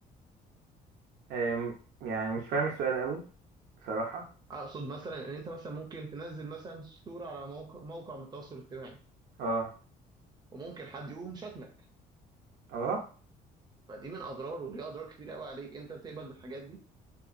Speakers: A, on the right; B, on the right.
A: أم، يعني مش فاهم السؤال قوي بصراحة
B: اقصد مثلا ان انت مثلا ممكن تنزل مثلا صورة على موقع موقع من التواصل الاجتماعي
A: اه
B: وممكن حد يقوم شتمك
A: اه
B: فدي من اضرار وليها اضرار كتير قوي عليك انت بتقبل بالحاجات دي